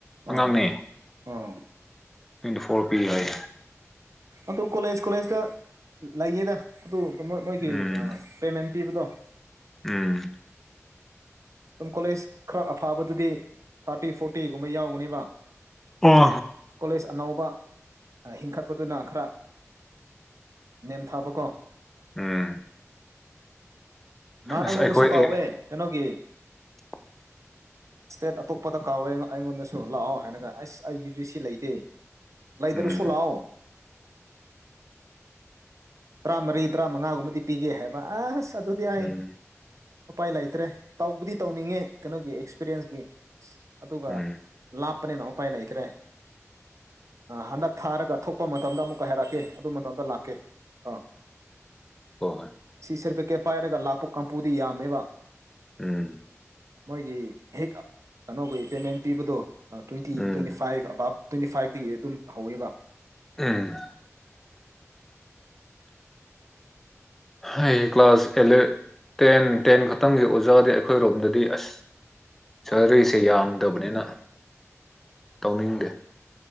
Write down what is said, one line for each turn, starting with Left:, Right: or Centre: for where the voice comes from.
Centre: ꯑꯉꯥꯡꯅꯦ
Right: ꯑꯣ ꯑꯣ
Centre: ꯇ꯭ꯋꯦꯟꯇꯤ ꯐꯣꯔ ꯄꯤ ꯍꯥꯏ
Right: ꯑꯗꯨ ꯀꯣꯂꯦꯖ ꯀꯣꯂꯦꯖꯇ ꯂꯩꯌꯦꯗ ꯑꯗꯨ ꯃꯣꯢ ꯃꯣꯏꯒꯤ
Centre: ꯎꯝ
Right: ꯄꯦꯃꯦꯟ ꯄꯤꯕꯗꯣ
Centre: ꯎꯝ
Right: ꯑꯗꯨꯝ ꯀꯣꯂꯦꯖ ꯈꯔ ꯑꯐꯕꯗꯨꯗꯤ ꯊꯥꯔꯇꯤ ꯐꯣꯔꯇꯤꯒꯨꯝꯕ ꯌꯥꯎꯒꯅꯤꯕ
Centre: ꯑ <unintelligible>
Right: ꯀꯣꯂꯦꯖ ꯑꯅꯧꯕ ꯂꯤꯡꯈꯠꯄꯗꯨꯅ ꯈꯔ ꯅꯦꯝꯊꯥꯕꯀꯣ
Centre: ꯎꯝ
Right: ꯅꯍꯥꯟ
Centre: ꯑꯁ
Right: ꯑꯩꯪꯉꯣꯟꯗꯁꯨ
Centre: ꯑꯩꯈꯣꯏ
Right: ꯀꯥꯎꯋꯦ
Centre: ꯑꯦ
Right: ꯀꯩꯅꯣꯒꯤ
Centre: <inaudible>
Right: ꯁ꯭ꯇꯦꯠ ꯑꯇꯣꯞꯄꯗ ꯀꯧꯋꯦ ꯑꯩꯉꯣꯟꯗꯁꯨ ꯂꯥꯛꯑꯣ ꯍꯥꯏꯅꯒ ꯑꯁ ꯑꯩꯒꯤꯗꯤ ꯁꯤꯠ ꯂꯩꯇꯦ꯫ ꯂꯩꯥꯇ꯭ꯔꯁꯨ
Centre: ꯎꯝ
Right: ꯂꯥꯛꯑꯣ ꯇꯔꯥꯃꯔꯤ ꯇꯔꯥꯃꯉꯥꯒꯨꯝꯕꯗꯤ ꯄꯤꯒꯦ ꯍꯥꯏꯕ ꯑꯁ ꯑꯗꯨꯗꯤ ꯑꯩ
Centre: ꯎꯝ
Right: ꯎꯄꯥꯏ ꯂꯩꯇ꯭ꯔꯦ ꯇꯧꯕꯗꯤ ꯇꯧꯅꯤꯡꯉꯤ ꯀꯩꯅꯣꯒꯤ ꯑꯦꯛꯁꯄꯤꯔꯤꯌꯦꯟꯁꯀꯤ ꯑꯗꯨꯒ
Centre: ꯎꯝ
Right: ꯂꯥꯞꯄꯅꯤꯅ ꯎꯄꯥꯏ ꯂꯩꯇ꯭ꯔꯦ ꯍꯟꯗꯛ ꯊꯥꯔꯒ ꯊꯣꯛꯄ ꯃꯇꯝꯗ ꯑꯃꯨꯛꯀ ꯍꯥꯏꯔꯛꯀꯦ ꯑꯗꯨ ꯃꯇꯝꯗ ꯂꯥꯛꯀꯦ ꯀꯣ
Centre: ꯍꯣꯏ ꯍꯣꯏ
Right: ꯑꯁꯤ ꯁ꯭ꯔꯗꯤꯄꯤꯀꯦꯠ ꯄꯥꯏꯔꯒ ꯂꯥꯛꯄ ꯀꯥꯡꯕꯨꯨꯗꯤ ꯌꯥꯝꯃꯦꯕ
Centre: ꯎꯝ
Right: ꯃꯣꯏꯒꯤ ꯍꯦꯛ ꯑꯅꯧꯕ꯫ꯄꯦꯃꯦꯟ ꯄꯤꯕꯗꯣ ꯇ꯭ꯋꯦꯟꯇꯤ
Centre: ꯎꯝ
Right: ꯇ꯭ꯋꯦꯟꯇꯤ ꯐꯥꯏꯞ ꯑꯕꯞ ꯇ꯭ꯋꯦꯟꯇꯤ ꯐꯥꯏꯚꯇꯒꯤ ꯑꯗꯨꯝ ꯍꯧꯋꯦꯕ
Centre: ꯎꯝ ꯍꯩ ꯀ꯭ꯂꯥꯁ ꯑꯦꯂꯦ <unintelligible> ꯇꯦꯟ ꯈꯛꯇꯪꯒꯤ ꯑꯣꯖꯥꯗꯤ ꯑꯩꯈꯣꯏ ꯔꯣꯝꯗꯗꯤ ꯑꯁ ꯁꯦꯂꯔꯤꯁꯦ ꯌꯥꯝꯗꯕꯅꯤꯅ ꯇꯧꯅꯤꯡꯗꯦ